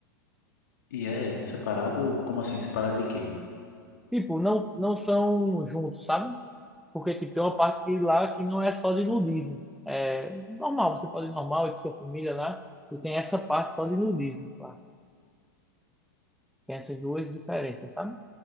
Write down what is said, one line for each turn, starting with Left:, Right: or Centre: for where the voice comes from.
Left: E é separado? Como assim? Separado de quê?
Centre: Tipo, não, não são juntos, sabe? Porque tipo, tem uma parte que lá que não é só de nudismo. É normal, você pode ir normal, ir com sua família lá, e tem essa parte só de nudismo lá. Tem essas duas diferenças, sabe?